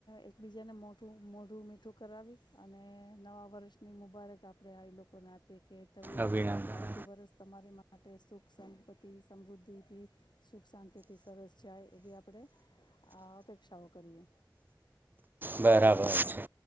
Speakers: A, on the left; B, on the right.
A: એકબીજાને મો મોઢું મીઠું કરાવી અને નવા વર્ષની મુબારક આપણે એ લોકોને આપ કે તમે,
B: અભિનંદન
A: આવતું વરષ તમારે માટે સુખ સંપત્તિ સમૃદ્ધિથી, સુખ શાંતિથી સરસ જાય એવી આપણે, આ અપેક્ષાઓ કરીએ.
B: બરાબર છે,